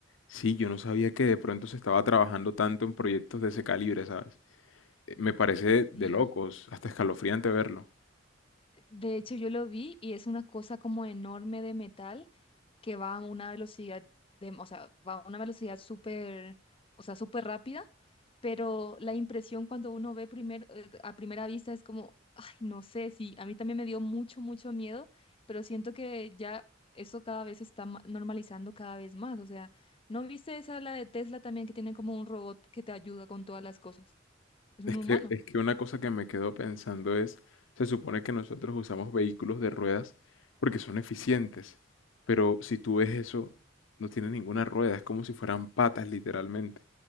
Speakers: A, on the left; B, on the left.
A: Sí, yo no sabía que de pronto se estaba trabajando tanto en proyectos de ese calibre, ¿sabes? Eh, Me parece de
B: Sí.
A: locos, hasta escalofriante verlo.
B: De hecho, yo lo vi y es una cosa como enorme de metal que va a una velocidad de, o sea, va a una velocidad súper, o sea, súper rápida, pero la impresión cuando uno ve primer, eh, a primera vista es como, ay, no sé, sí, a mí también me dio mucho, mucho miedo, pero siento que ya eso cada vez se está ma- normalizando cada vez más, o sea, ¿no viste esa la de Tesla también que tienen como un robot que te ayuda con todas las cosas? Es un
A: Es
B: humano.
A: que, es que una cosa que me quedo pensando es, se supone que nosotros usamos vehículos de ruedas porque son eficientes, pero si tú ves eso, no tiene ninguna rueda, es como si fueran patas literalmente.